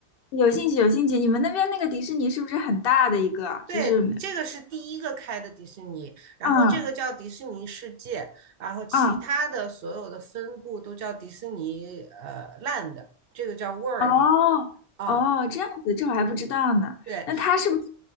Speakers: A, on the left; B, on the right.
A: 有兴趣有兴趣，你们那边那个迪士尼是不是很大的一个？
B: <laughs> 对，
A: 就是，嗯
B: 这个是第一个开的迪士尼，然后这个叫迪士尼世界，
A: 嗯
B: 然后其他的所有的分部都叫迪士尼呃
A: 嗯，
B: Land，这个叫 World。
A: 哦
B: 啊，
A: 哦，这样子，这我还不知道呢。
B: 对，
A: 那他是不是